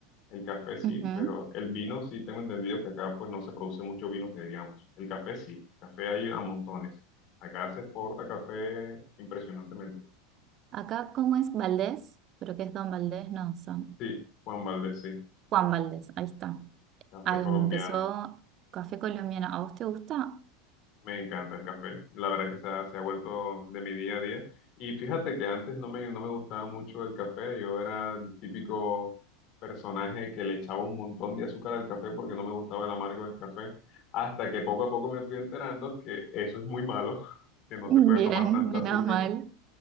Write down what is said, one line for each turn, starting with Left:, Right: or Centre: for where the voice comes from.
Left: El café sí,
Right: Ujú.
Left: pero el vino sí tengo entendido que acá pues no se produce mucho vino que digamos. El café sí, café hay a montones. Acá se exporta café impresionantemente.
Right: Acá, ¿cómo es Valdés? Pero que es Don Valdés, no, son
Left: Sí, Juan Valdés, sí.
Right: Juan Valdés, ahí está.
Left: Café
Right: Ahí
Left: colombiano.
Right: empezó Café Colombiano. ¿A vos te gusta?
Left: Me encanta el café. La verdad que se ha, se ha vuelto de mi día a día. Y fíjate que antes no me, no me gustaba mucho el café. Yo era el típico personaje que le echaba un montón de azúcar al café porque no me gustaba el amargo del café. Hasta que poco a poco me fui enterando que eso es muy malo, <laughs> que no
Right: Bien,
Left: se puede tomar tanta
Right: menos
Left: azúcar.
Right: mal.